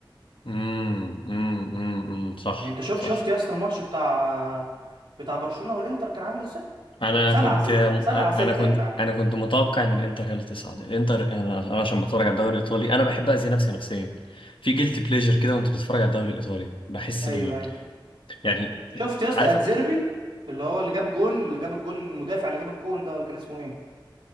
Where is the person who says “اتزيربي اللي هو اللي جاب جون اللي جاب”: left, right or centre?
Right